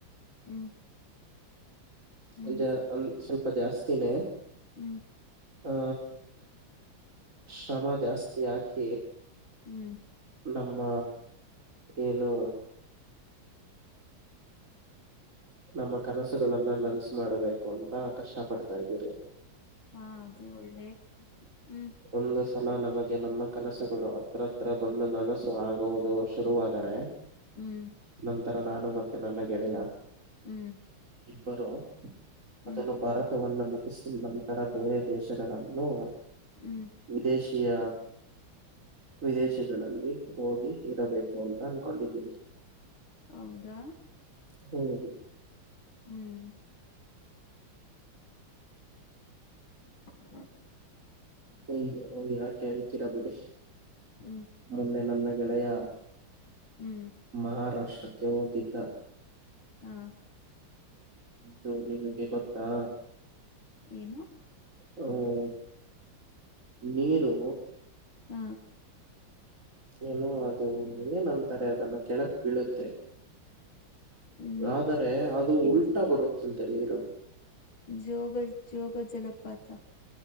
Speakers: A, on the left; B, on the right.
A: ಹ್ಮ್ ಹ್ಮ್
B: ಅಂದ್ರೆ ಅಲ್ ಸ್ವಲ್ಪ ಜಾಸ್ತಿನೇ.
A: ಹ್ಮ್
B: ಹಾ ಶ್ರಮ ಜಾಸ್ತಿ ಹಾಕಿ.
A: ಹ್ಮ್
B: ನಮ್ಮ ಏನು ನಮ್ಮ ಕನಸುಗಳನ್ನ ನನ್ಸ್ ಮಾಡ್ಬೇಕು ಅಂತ ಕಷ್ಟ ಪಡ್ತಾ ಇದೀರಿ.
A: ಹಾ ಅದು ಒಳ್ಳೆ ಹ್ಮ್.
B: ಒಂದು ಸಲ ನಮಗೆ ನಮ್ಮ ಕನಸುಗಳು ಹತ್ರತ್ರ ಬಂದು ನನಸು ಆಗುವುದು ಶುರುವಾದರೆ.
A: ಹ್ಮ್
B: ನಂತರ ನಾನು ಮತ್ತೆ ನನ್ನ ಗೆಳೆಯ.
A: ಹ್ಮ್
B: ಇಬ್ಬರು
A: ಹ್ಮ್
B: ಮೊದಲು ಭಾರತವನ್ನ ಮುಕ್ ಕುಶ್ಬು ನಂತರ ಬೇರೆ ದೇಶಗಳಲ್ಲೂ.
A: ಹ್ಮ್
B: ವಿದೇಶಿಯ ವಿದೇಶಿಗಳಲ್ಲಿ ಹೋಗಿ ಇರಬೇಕು ಅಂತ. ಕೊಂಡಿದ್ದೀರಿ.
A: ಹೌದಾ
B: ಹೌದು
A: ಹ್ಮ್ <inaudible>
B: ಹುಂ ಯಾಕೆ ಹೇಳ್ತೀರಾ ಬಿಡಿ.
A: ಹ್ಮ್
B: ಮೊನ್ನೆ ನನ್ನ ಗೆಳೆಯ.
A: ಹ್ಮ್
B: ಮಹಾರಾಷ್ಟ್ರಕ್ಕೆ ಹೋಗಿದ್ದ.
A: ಹಾ
B: ಹುಂ <unintelligible> ಮಂಜ ಗೊತ್ತಾ.
A: ಏನು
B: ಹ್ಮ ನೀರು.
A: ಹು
B: ಏನು ಅದು ಅಂದ್ರೆ ನಂತರದಲ್ಲ ಕೆಳಕ್ ಬೀಳುತ್ತೆ.
A: ಹ್ಮ್
B: ಆದರೆ ಅದು
A: ಇದು
B: ಉಲ್ಟಾ ಬರುತ್ತಂತೆ ನೀರು.
A: ಜೋಗ ಜೋಗ ಜಲಪಾತ.